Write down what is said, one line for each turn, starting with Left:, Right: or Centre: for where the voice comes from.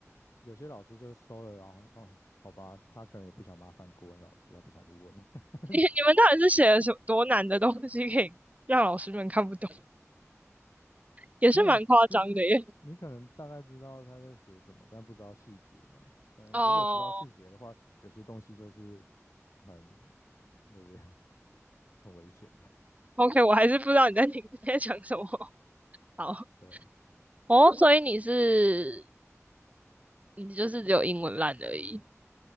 Left: 有些老师就收了，然后哦，好吧，他可能也不想麻烦国文老师，他不想去问。<laughs>
Right: <laughs> 你你们到底是写了什么多难的东西，可以让老师们看不懂？也是蛮夸张的耶。
Left: 没有，就是你可能大概知道他在写什么，但不知道细节嘛。
Right: <laughs>
Left: 但如果知道细节的话，
Right: 哦，
Left: 有些东西就是很就是 <laughs> 很危险
Right: OK，我还是不知道你在听你在讲什么。好，
Left: 对
Right: 哦，oh, 所以你是你就是只有英文烂而已。